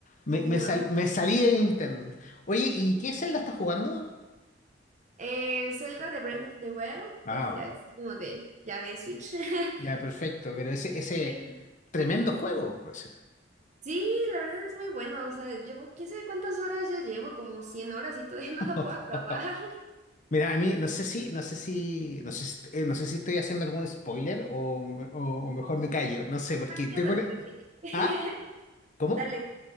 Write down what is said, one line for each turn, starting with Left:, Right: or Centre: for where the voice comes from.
Left: me,
Right: ya
Left: me,
Right: no.
Left: sal- me salí de Nintendo. Oye, ¿y qué Zelda estás jugando?
Right: El Zelda de Breath of the Wild
Left: Ah,
Right: es ya es como de ya de Switch. <laughs>
Left: ya, perfecto, pero ese, ese
Right: Sí.
Left: tremendo juego, pues.
Right: Sí, la verdad es muy bueno. O sea, llevo quién sabe cuántas horas ya llevo, como 100 horas y todavía
Left: <laughs>
Right: <laughs> no lo puedo acabar. <laughs>
Left: Mira, a mí no sé si, no sé si, no sé si, eh, no sé si estoy haciendo algún spoiler o, me- o, o mejor me callo, no sé, porque
Right: Ah,
Left: tengo
Right: ya date,
Left: una...
Right: date. <laughs>
Left: ¿Ah? ¿Cómo?
Right: Dale, dale.